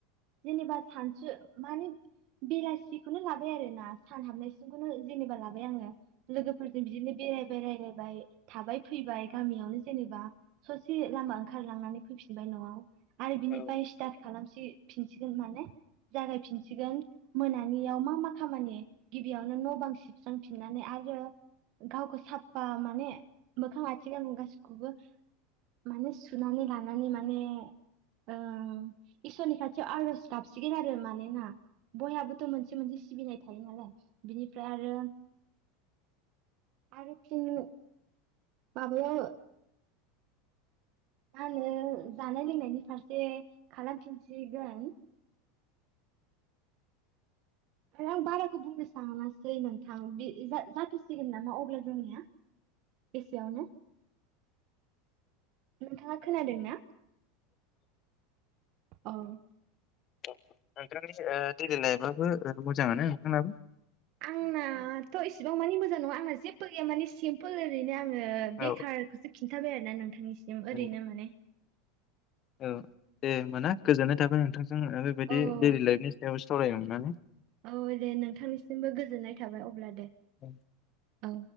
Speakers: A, on the right (about 55°); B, on the left (about 40°).
A: जेनेबा सानसु माने बेलासिखौनो लाबाय आरोना सान हाबनायसिमखौनो जेनेबा लाबाय आङो लोगोफोरजों बिदिनो बेरायबाय रायलायबाय थाबाय फैबाय गामियावनो जेनेबा ससे लामा ओंखारलांनानै फैफिनबाय न'आव। आरो बिनिफ्राय
B: औ
A: स्टार्ट खालामस सि फिनसिगोन माने जागायफिनसिगोन मोनानियाव मा मा खामानि गिबियावनो न' बां सिबस्रांफिननानै आरो गावखौ साफा माने मोखां आथि गां गासिख खौबो माने सुनानै लानानै माने ओ इसोरनि खाथियाव आर'ज गाबसिगोन आरो मानेना बयहाबोथ' मोनसे मोनसे सिबिनाय थाय थायो नालाय बिनिफ्राय आरो आरो फिन माबायाव आङो जानाय लोंनायनि फारसे खालामफिनसिगोन। फोरा आं बाराखौ बुंनो सानासै नोंथां बे ए जाथ जाथेसिगोन नामा अब्ला जोंनिया एसेयावनो नोंथाङा खोनादों ना? औ
B: अ नोंट्रानि से देइलि लाइफआबो ओ मोजाङानो नोंथांनाबो।
A: आंनाथ' एसेबां मानि मोजां नङा आंना जेबो गैया माने सिम्पोल ओरैनो आं ओङोब
B: औ
A: बेखारखौसो खिन्थाबाय आर ना नोंथांनिस सिम
B: औ
A: ओरैनो माने
B: औ दे होनबा ना गोजोननाय थाबाय नोंथां। जों आरो बेदि
A: औ
B: दैलि लाइफनि सायावसो सावराय नोंथां
A: औ दे नोंथांनिसिमबो गोजोननाय थाबाय अब्ला दे
B: औ।
A: औ